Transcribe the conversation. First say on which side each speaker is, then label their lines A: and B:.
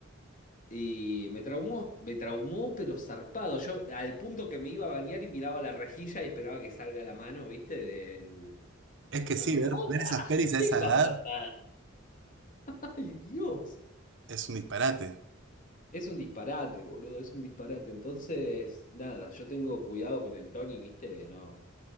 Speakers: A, on the left; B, on the right.
A: Y me traumó, me traumó, pero zarpado. Yo al punto que me iba a bañar y miraba la rejilla y esperaba que salga la mano, ¿viste? Del...
B: Es
A: <laughs>
B: que
A: ¡Oh,
B: sí, ver, ver esas pelis
A: la vengo
B: a esa edad
A: a flotar! ¡Ay, Dios!
B: es un disparate.
A: Es un disparate, boludo, es un disparate. Entonces, nada, yo tengo cuidado con el Tony, viste, de no,